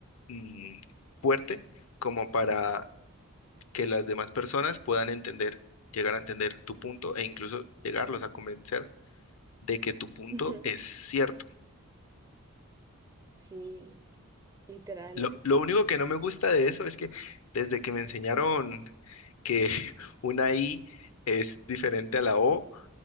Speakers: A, on the left; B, on the right.
A: mm, fuerte como para que las demás personas puedan entender, llegar a entender tu punto e incluso llegarlos a convencer de que tu punto
B: <laughs>
A: es cierto.
B: Sí, literal,
A: Lo,
B: eso
A: lo
B: es-
A: único que no me gusta de eso es que desde que me enseñaron que <laughs> una I es diferente a la O,